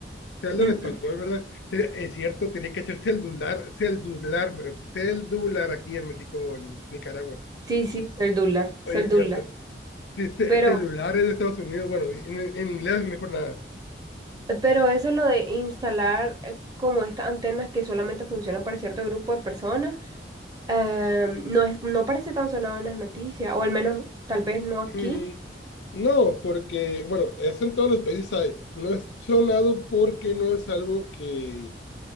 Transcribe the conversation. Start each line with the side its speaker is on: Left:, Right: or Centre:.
Left: Celda
Right: Mm,
Left: en español,
Right: mm.
Left: ¿verdad? Sería- es cierto, tenía que ser celular, celular, eh, celular aquí en México o en Nicaragua.
Right: Sí, sí, Celdular, Celdular.
Left: Oye, es cierto. Sí, ce-
Right: Pero,
Left: celular es de Estados Unidos, bueno, en, en inglés mejor nada.
Right: pero eso lo de instalar eh, como estas antenas que solamente funcionan para cierto grupo de personas, em, no es, no parece tan sonado en las noticias, o al menos tal vez no aquí.
Left: Mm, no, porque, bueno, eso en todos los países hay. No es sonado porque no es algo que